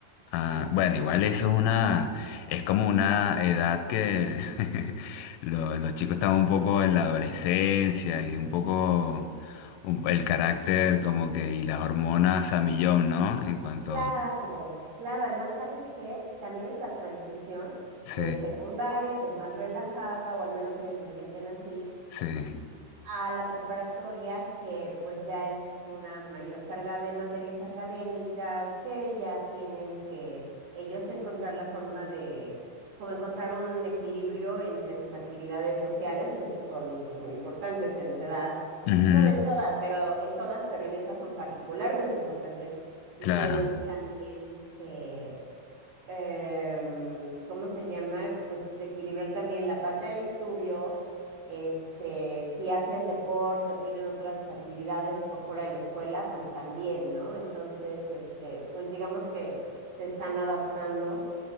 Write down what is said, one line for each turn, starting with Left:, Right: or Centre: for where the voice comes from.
Left: Ah, bueno, igual eso es una, es como una edad que <laughs> lo- los chicos están un poco en la adolescencia y un poco un- el carácter como que y las hormonas a millón, ¿no? En cuanto,
Right: Claro, claro, además, ¿sabes qué? También es la transición
Left: sí,
Right: de secundaria, que es más relajada, o al menos ellos lo sienten así,
Left: sí.
Right: a la preparatoria, que pues ya es una mayor carga de materias académicas, que ya tienen que ellos encontrar la forma de, como encontrar un equilibrio entre sus actividades sociales, que son pues muy importantes en esa edad.
Left: Ujú,
Right: Bueno, en todas, pero en todas, pero en esas son particularmente importantes
Left: Claro,
Right: y tienen también este em, ¿cómo se llama? Pues equilibrar también la parte del estudio, este, si hacen deporte o tienen otras actividades por fuera de la escuela, pues también, ¿no? Entonces, este, pues digamos que se están adaptando